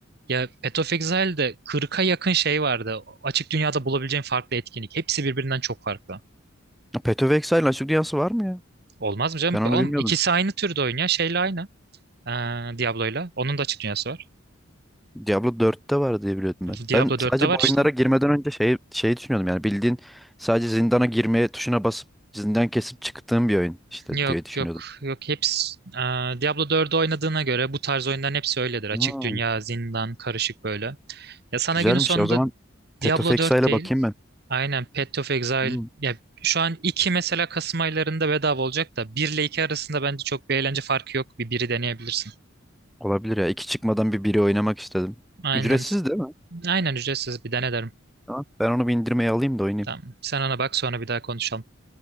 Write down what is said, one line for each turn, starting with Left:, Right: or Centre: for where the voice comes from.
Right: Ya Path of Exile'de 40'a yakın şey vardı. Açık dünyada bulabileceğin farklı etkinlik. Hepsi birbirinden çok farklı.
Centre: Ya Path of Exile'ın açık dünyası var mı ya?
Right: Olmaz mı canım?
Centre: Ben onu
Right: Oğlum
Centre: bilmiyordum.
Right: ikisi aynı türde oyun ya. Şeyle aynı. E, Diablo'yla. Onun da açık dünyası var.
Centre: Diablo dörtte var diye biliyordum ben.
Right: Diablo
Centre: Ben sadece
Right: 4'te var
Centre: bu
Right: işte.
Centre: oyunlara girmeden önce şey şey düşünüyordum yani bildiğin sadece zindana girmeye tuşuna basıp zindan kesip çıktığım bir oyun işte
Right: Yok
Centre: diye düşünüyordum.
Right: yok yok hepsi Aa, Diablo 4'ü oynadığına göre bu tarz oyunların hepsi öyledir. Açık
Centre: Ha.
Right: dünya, zindan, karışık böyle. Ya sana
Centre: Güzelmiş
Right: günün sonunda
Centre: ya. O zaman Petofex'a
Right: Diablo 4
Centre: ile
Right: değil.
Centre: bakayım ben.
Right: Aynen Path of Exile.
Centre: Hmm,
Right: Ya şu an 2 mesela Kasım aylarında bedava olacak da 1 ile 2 arasında bence çok bir eğlence farkı yok. Bir biri deneyebilirsin.
Centre: olabilir ya. İki çıkmadan bir biri oynamak istedim.
Right: Aynen.
Centre: Ücretsiz değil mi?
Right: Aynen ücretsiz bir dene derim.
Centre: Tamam. Ben onu bir indirmeye alayım da oynayayım.
Right: Tamam. Sen ona bak sonra bir daha konuşalım.